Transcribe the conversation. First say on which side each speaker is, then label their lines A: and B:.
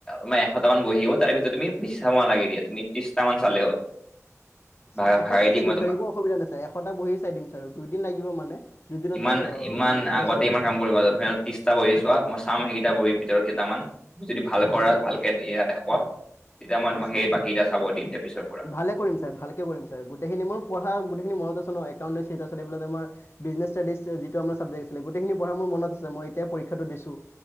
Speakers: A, on the left; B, on the left.
A: ম এশটা মান বহি হ'ব, তাৰে ভিতৰত তুমি বেছি চাব নালাগে দিয়া তুমি ত্ৰিশটা মান চালে হ'ল। <inaudible>
B: ছাৰ এশটাই
A: ভাগাই
B: চাই
A: মই
B: দিম
A: তোমাক
B: ছাৰ, একো অসুবিধা নাই ছাৰ এশটা বহি চাই দিম ছাৰ দুইদিন লাগিব মানে। দুইদিনত
A: ইমান
B: মই আহ,
A: ইমান
B: মানে চেছ
A: আগতে
B: কৰি
A: ইমান
B: দিম
A: কাম কৰিব আৰু ত্ৰিছটা বহি চোৱা। মই চাম সেইকেইটা বহিৰ ভিতৰত কেইটামান যদি ভাল কৰা
B: অঁ ছাৰ
A: ভালকে
B: অঁ
A: এয়া দেখুুৱা। তেতিয়া মই
B: অঁ
A: তোমাক
B: ছাৰ
A: সেই
B: অঁ
A: বাকীকেইটা চাব দিন পিছৰ পৰা।
B: ভালে কৰিম ছাৰ। ভালকৈ কৰিম ছাৰ গোটেইখিনি মোৰ পঢ় গোটখিন মনত আ ন একাউণ্ছেটাৰিছ এইফাল আমাৰ ব্ৰিজনেছ ষ্টাডিজ যিটো আমাৰ চাবজেক্ট আছিলে গোেইখিনি পঢ়া মোৰ মনত আ মই এতিয়া পৰীক্ষাটো দিছোঁ।